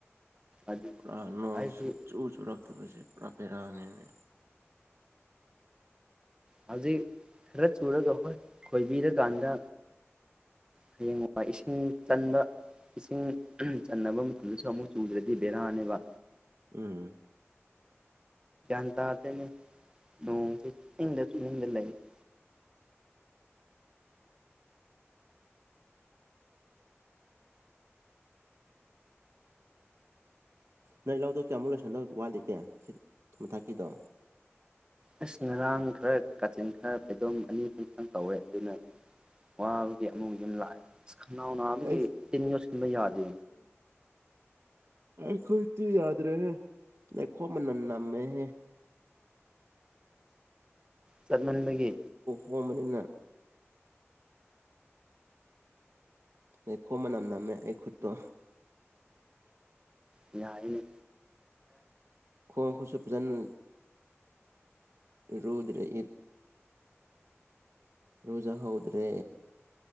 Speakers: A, on the right; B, on the right.
A: ꯑꯗꯨ
B: ꯄꯨꯔꯥ ꯅꯣꯡꯁꯤ
A: ꯍꯥꯏꯕꯗꯤ
B: ꯁꯨꯝ ꯆꯨ ꯆꯨꯔꯛꯇꯕꯁꯦ ꯄꯨꯔꯥ ꯄꯦꯔꯥꯅꯤꯅꯦ
A: ꯍꯧꯖꯤꯛ ꯈꯔ ꯆꯨꯔꯒ ꯍꯣꯏ ꯈꯣꯏꯕꯤꯔꯀꯥꯟꯗ ꯍꯌꯦꯡ ꯏ ꯏꯁꯤꯡ ꯆꯟꯕ ꯏꯁꯤꯡ ꯆꯟꯅꯕ ꯃꯇꯝꯗꯁꯨ ꯑꯃꯨꯛ ꯆꯨꯗ꯭ꯔꯗꯤ ꯕꯦꯔꯥꯅꯦꯕ
B: ꯎꯝ
A: ꯟꯗ ꯑꯗꯅꯦ ꯂꯣꯡꯁꯤ ꯊꯤꯡꯗ ꯁꯅꯗ ꯂꯩ <inaudible>
B: ꯅꯣꯏ ꯂꯧꯗꯧ ꯀꯌꯥꯃꯨꯛ ꯂꯣꯏꯁꯟꯗꯧ ꯋꯥꯠꯂꯤꯒꯦ ꯃꯊꯛꯀꯤꯗꯣ
A: ꯑꯁ ꯉꯔꯥꯡ ꯈꯔ ꯀꯥꯆꯤꯟ ꯈꯔ ꯐꯩꯗꯣꯝ ꯑꯅꯤ ꯈꯨꯈꯪ ꯀꯧꯋꯦ ꯑꯗꯨꯅ ꯋꯥꯕꯨꯗꯤ ꯑꯃꯕꯨ ꯑꯗꯨꯝ ꯂꯥꯛꯑꯦ ꯅꯅꯕ
B: ꯑꯁ
A: ꯇꯅꯤ ꯑꯣꯁꯤꯡꯕ ꯌꯥꯗ
B: ꯑꯩꯈꯣꯏ ꯏꯤ ꯌꯥꯗ ꯔꯦ ꯅꯈꯣ ꯃꯅꯅꯥ ꯃ ꯍ
A: ꯆꯠꯃꯟꯕꯒꯤ
B: ꯐꯃꯅꯤꯅ ꯑꯩꯈꯣ ꯃꯅꯥꯝ ꯅꯝꯃꯦ ꯑꯩꯈꯨꯗꯇꯣ
A: ꯌꯥꯏꯅꯦ
B: ꯈꯣꯡꯣꯡ ꯈꯨꯁꯨ ꯐꯖꯅ ꯔꯔꯨꯗ꯭ꯔꯦ ꯏ ꯔꯣꯖ ꯍꯧꯗ꯭ꯔꯦ